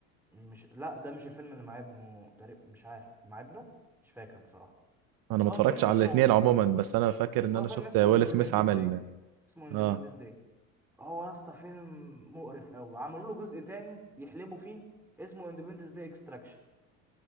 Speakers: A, in the centre; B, on the right (about 50°).
A: مش لا ده مش الفيلم اللي مع ابنه تقريبا مش عارف مع ابنه مش فاكر بصراحة
B: انا
A: بس
B: ما
A: هو
B: اتفرجتش
A: فيلم اسمه
B: على الاثنين عموما بس انا فاكر
A: بس
B: ان
A: هو
B: انا
A: فيلم
B: شفت
A: اسمه
B: ويل
A: اندبندس
B: سميث عمل
A: داي اسمه اندبندس
B: اه
A: داي هو يا اسطى فيلم مقرف قوي عملوا له جزء تاني يحلبوا فيه اسمه اندبندس داي اكستراكشن